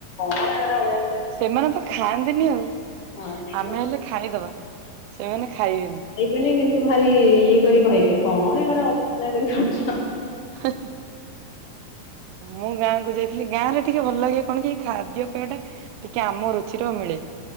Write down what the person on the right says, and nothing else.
ସେମାନେ ତ ଖାଆନ୍ତିନି ଆଉ
ଆମେ
ହେଲେ ଖାଇଦବା ସେମାନେ ଖାଇବେନି।
ହଁ ମୁଁ ଗାଁ କ ଯାଇଥିଲି ଖଲେ ଗାଁ ରେ ଟିକେ ଭଲ ଲାଗେ କଣ କି ଖାଦ୍ୟ ପେୟଟା ଟିକେ ଆମ ରୁଚିରେ ମିଳେ